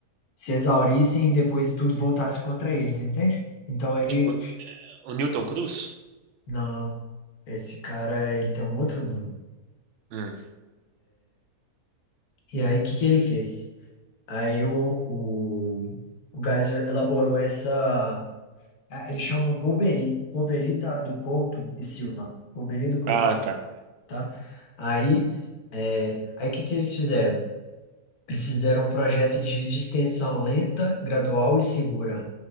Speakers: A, on the left (about 75°); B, on the right (about 65°).
A: se exaurissem e depois tudo voltasse contra eles, entende? Então ele
B: O, o Newton Cruz?
A: Não, esse cara, ele tem um outro nome.
B: Hum.
A: E aí, o que que ele fez? Aí o, o, o Geyser elaborou essa... ah, Ele chama Golbery, Golbery da, do Couto e Silva. Golbery do Couto,
B: Ah,
A: e Silva,
B: tá.
A: tá? Aí, é, aí o que que eles fizeram? Eles fizeram um projeto de distensão lenta, gradual e segura,